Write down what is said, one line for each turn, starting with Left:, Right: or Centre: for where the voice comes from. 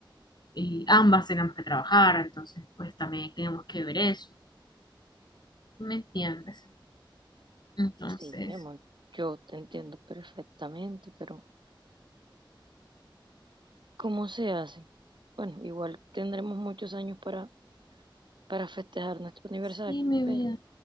Left: y ambas tenemos que trabajar, entonces pues también tenemos que ver eso, ¿sí ¿me entiendes? Entonces,
Right: Sí, mi amor, yo te entiendo perfectamente, pero ¿cómo se hace? Bueno, igual tendremos muchos años para, para festejar nuestro aniversario,
Left: Sí, mi
Right: pero...
Left: vida.